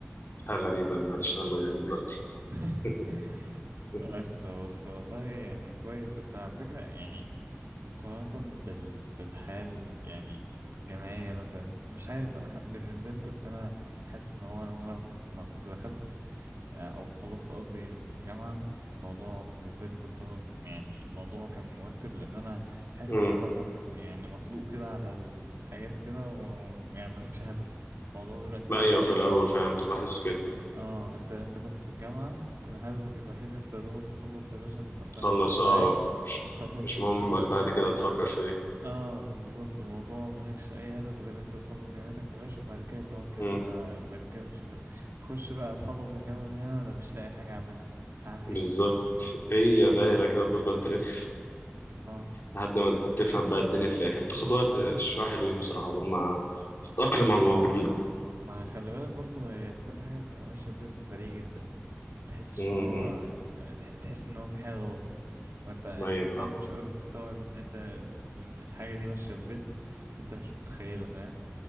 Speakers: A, on the left (about 60°); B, on the right (about 85°).
A: حاجة غريبة إن حد يشتغل مجالي دلوقتي
B: <laughs>
A: <laughs> اوكي
B: بس بس والله يعني كويس بس على فكرة يعني مقارنة بال... بالحال يعني الجامعية مثلا مش عارف أنا ح... بالنسبة لي كنت أنا حاسس إن هو أنا لو ك- ما كنت دخلت آه، أو خلصت قصدي الجامعة الموضوع بالنسبة لي كنت أنا يعني الموضوع كان موتر لأن أنا حاسس
A: امم
B: إن أنت مطل... يعني مطلوق كده على الحاجات كده ويعني مالكش هدف الموضوع دلوقتي
A: ايوه
B: أنت كان
A: في الاول فاهم تبقى حاسس كده
B: اه انت انت كنت في الجامعة كان هدفك الوحيد إن انت دوبك تخلص يا باشا الاسايمنتات
A: خلص
B: اللي
A: اه
B: عليك
A: مش
B: وتخلص
A: مش
B: <laughs>
A: مهم اللي بعد كده تفكر في ايه
B: اه بالظبط الموضوع مالكش اي هدف غير انت تخلص جامعتك يا باشا وبعد كده توكل
A: امم
B: انت ع- بعد كده نشوف انت تخش بقى تخلص الجامعة من هنا انا مش لاقي حاجة اعملها هعمل
A: بالظبط
B: ايه
A: هي دايره كده تفضل تلف
B: اه
A: لحد ما تفهم بقى الدنيا في الاخر بتاخد وقت شويه حلوين بصراحه قبل ما تتاقلم على الموضوع
B: ما خلي بالك برضو هي كل حاجة بتبقى ماشية بريتم سريع جدا ما تحسش
A: امم
B: ان هو
A: أمم.
B: تح- تحس ان هو في حاجة غلط وانت انت
A: ايوه
B: دماغك
A: فاهم
B: مش قادر تستوعب ان انت إن الحاجة دي ماشية بريتم انت مش متخيله فاهم